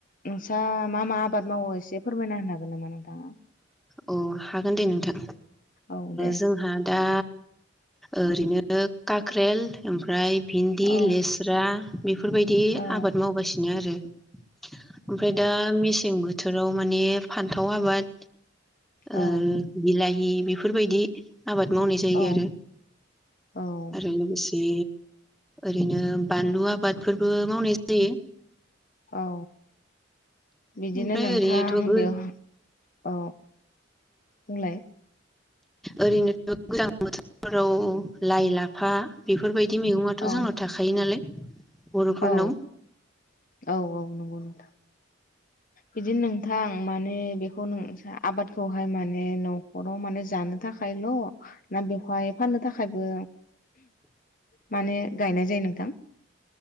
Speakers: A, on the left (about 45°); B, in the centre.
A: नोंसा मा मा आबाद मावो एसे फोरमायना होनो हागोन नामा नोंथाङा?
B: अ हागोन दे नोंथां
A: औ दे
B: जोंहा दा ओरैनो काक्रेल ओमफ्राय भिन्दि
A: औ
B: लेस्रा बेफोरबायदि
A: औ
B: आबाद मावगासिनो आरो। ओमफ्राय दा मेसें बो थोराव माने फान्थाव आबाद
A: औ
B: ओ बिलााहि बे बेफोरबायदि आबाद मावनाय जायो
A: औ
B: आरो
A: औ
B: आरो लोगोसे ओरैनो बानलु आबादफोरबो मावनाय जायो।
A: औ बिदिनो
B: ओमफ्राय
A: नोंथां
B: ओरैनोथ' गो
A: बेवहा औ बुंलाय
B: ओरैनोथ' गोजां बोथोरफोराव लाइ लाफा बेफोरबायद दि मैगङाथ'
A: औ
B: जोंनाव थाखायो नालाय बर'फोरनाव
A: औ औ औ नंगौ नोंथां। बिदिनो नोंथां माने बेखौ न' जोहा आबादखौहाय माने न'खराव माने जानो थाखायल' ना बेवहाय फाननो थाखायबो माने गायनाय जायो नोंथां?